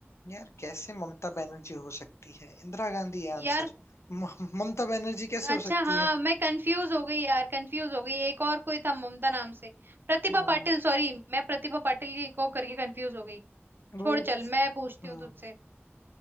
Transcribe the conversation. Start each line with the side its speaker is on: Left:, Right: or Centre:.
Left: यार कैसे ममता बनर्जी हो सकती है इंदिरा गांधी है आंसर
Right: यार
Left: म- ममता बनर्जी कैसे
Right: अच्छा
Left: हो सकती
Right: हाँ
Left: है
Right: मैं कंफ्यूज हो गई यार कंफ्यूज हो गई एक और कोई था ममता नाम से प्रतिभा
Left: हम्म,
Right: पाटिल सॉरी मैं प्रतिभा पाटिल को करके कंफ्यूज हो गई
Left: वो
Right: छोड़ चल मैं पूछती
Left: हम्म,
Right: हूँ तुझसे